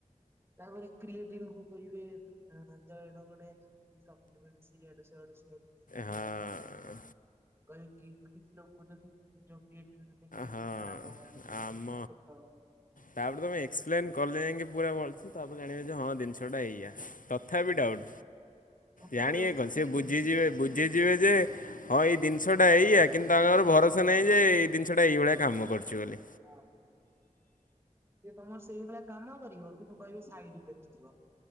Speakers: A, on the right; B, on the left.
A: ତାପରେ କ୍ରିଏଟିନ୍ କୁ କହିବେ ଏଁ, ତ ଏଇଟା ଗୋଟେ କି ସପ୍ଲିମେଣ୍ଟସ୍ ଇଆଡୁ ସିଆଡ଼ୁ <inaudible> <unintelligible>
B: ହଁ
A: କହିବେ କି କିଛି ଲୋକ କହୁଛନ୍ତି ଯୋଉ କ୍ରିଏଟିନ୍ ଡେଲି କିଡନୀ
B: ହଁ
A: ଖରାପ ହବ
B: ଆମ
A: ଏ ପେଟ
B: ତାପରେ ତୁମେ ଏକ୍ସପ୍ଲେନ୍ କଲେ ଯାଇକି ପୁରା ଭଲସେ, ତାପରେ ଜାଣିବେ ଯେ ହଁ ଜିନିଷ ଟା ଏଇଆ। ତ ଥାପି ଡାଉଟ୍
A: ହଁ ତଥାପି
B: ଜାଣିବେ
A: ଆଉ ସେ
B: କଣ,
A: କିଛି
B: ସିଏ ବୁଝିଯିବେ
A: ବୁଝିପାରିବେନି
B: ବୁଝିଯିବେ
A: ତମେ କହିବ
B: ଯେ
A: କଣ
B: ହଁ ଏଇ ଦୃନିଷଟା ଏଇଆ କିନ୍ତୁ ତାଙ୍କର ଭରସା ନାହିଁ ଯେ ଏଇ ଦିନିଷଟା ଏଇଭଳିଆ କାମ କରୁଛି ବୋଲି।
A: ହଁ। ସିଏ ତୋମ ସେଇଭଳିଆ କାମ କରିବ କିନ୍ତୁ କହିବେ ସାଇଡ୍ ଇଫେକ୍ଟ ଥିବ।